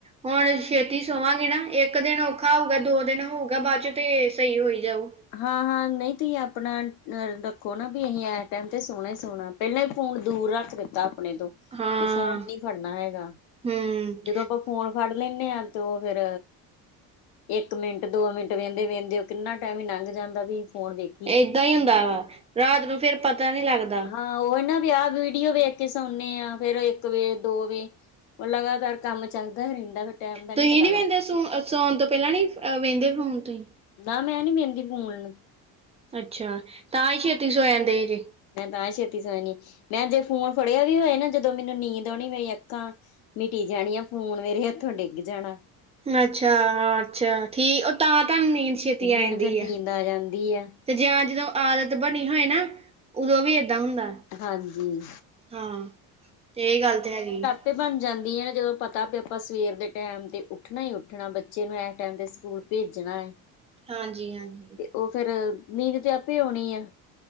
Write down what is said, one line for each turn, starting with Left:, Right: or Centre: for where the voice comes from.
Right: ਹੁਣ ਛੇਤੀ ਸੋਵਾਂਗੇ ਨਾ, ਇੱਕ ਦਿਨ ਔਖਾ ਹੋਊਗਾ, ਦੋ ਦਿਨ ਹੋਊਗਾ ਬਾਅਦ 'ਚ' ਤੇ ਸਹੀ ਹੋਈ ਜਾਊ।
Left: ਹਾਂ-ਹਾਂ ਨਹੀਂ ਤੁਹੀਂ ਆਪਣਾ ਆ ਰੱਖੋ। ਨਾ ਵੀ ਅਸੀਂ ਇਸ ਟਾਈਮ ਤੇ ਸੋਣਾ ਹੀ ਸੋਣਾ। ਪਹਿਲਾਂ ਹੀ ਫੋਨ ਦੂਰ ਰੱਖ ਦਿੱਤਾ ਆਪਣੇ ਤੋਂ।
Right: ਹਾਂ
Left: ਵੀ ਫੋਨ ਨੀ ਫੜਨਾ ਹੈਗਾ,
Right: ਹੂੰ
Left: ਜਦੋਂ ਆਪਾਂ ਫੋਨ ਫੜ ਲੈਂਦੇ ਆ ਤੇ ਉਹ ਫਿਰ ਇੱਕ ਮਿੰਟ, ਦੋ ਮਿੰਟ ਵੇਹਿੰਦੇ- ਵੇਹਿੰਦੇ ਉਹ ਕਿੰਨਾ। ਟਾਈਮ ਈ ਨੰਗ ਜਾਂਦਾ ਵੀ ਫੋਨ ਵੇਖ।
Right: ਏਦਾਂ ਹੀ ਹੁੰਦਾ ਵਾ ਰਾਤ ਨੂੰ ਫੇਰ ਪਤਾ ਨਹੀਂ ਲੱਗਦਾ।
Left: ਹਾਂ ਉਹ ਨਾ ਵੀ ਆਹ ਵੀਡੀਓ ਵੇਖ ਕੇ ਸੌਣੇ ਆ ਫੇਰ ਇੱਕ ਵੇਖ, ਦੋ ਵੇਖ। ਉਹ ਲਗਾਤਾਰ ਕੰਮ ਚੱਲਦਾ ਰਹਿੰਦਾ ਫਿਰ। ਟਾਈਮ ਦਾ
Right: ਤੁਸੀਂ
Left: ਪਤਾ
Right: ਨੀ
Left: ਲੱਗਦਾ
Right: ਵਹਿੰਦੇ ਸੂ ਸੌਣ ਤੋਂ ਪਹਿਲਾਂ ਨੀ ਵੇਹਿੰਦੇ ਫੋਨ ਤੁਸੀਂ।
Left: ਨਾ ਮੈਂ ਨੀ ਵੇਹਿੰਦੀ ਫੋਨ ਨੂੰ।
Right: ਅੱਛਾ, ਤਾਂ ਹੀ ਛੇਤੀ ਸੌ ਜਾਂਦੇ ਜੇ।
Left: ਮੈਂ ਤਾਂ ਛੇਤੀ ਸੋ ਜਾਣੀ ਆ। ਮੈਂ ਜੇ ਫੋਨ ਫੜਿਆ ਵੀ ਹੋਏ ਨਾ ਜੋਂ ਜਦੋਂ ਮੈਨੂੰ ਨੀਂਦ ਆਉਣੀ ਮੇਰੀ ਅੱਖਾਂ, ਮਿਟੀ ਜਾਣੀਆਂ ਫੋਨ ਮੇਰੇ ਹੱਥੋਂ ਡਿੱਗ ਜਾਣਾ।
Right: ਅੱਛਾ-ਅੱਛਾ ਠੀ ਉਹ ਤਾਂ ਤੁਹਾਨੂੰ ਨੀਂਦ ਛੇਤੀ ਆ
Left: ਮੈਨੂੰ
Right: ਜਾਂਦੀ
Left: ਫਿਰ
Right: ਆ।
Left: ਨੀਂਦ ਜਾਂਦੀ ਆ
Right: ਤੇ ਜਾਂ ਜਦੋਂ ਆਦਤ ਬਣੀ ਹੋਏ ਨਾ। ਉਦੋਂ ਵੀ ਏਦਾਂ ਹੁੰਦਾ,
Left: ਹਾਂਜੀ
Right: ਹਾਂ ਤੇ ਇਹੀ ਗੱਲ ਤੇ ਹੈਗੀ ਏ।
Left: ਤੇ ਬਣ ਜਾਂਦੀ ਐ, ਨਾ ਜਦੋਂ ਪਤਾ ਵੀ ਆਪਾਂ ਸਵੇਰ ਦੇ ਟਾਈਮ 'ਤੇ ਉੱਠਣਾ ਹੀ ਉੱਠਣਾ ਬੱਚੇ ਨੂੰ ਇਸ ਟਾਈਮ 'ਤੇ ਸਕੂਲ ਭੇਜਣਾ ਐ।
Right: ਹਾਂਜੀ-ਹਾਂਜੀ।
Left: ਉਹ ਫਿਰ ਨੀਂਦ ਤੇ ਆਪੇ ਆਉਣੀ ਆ।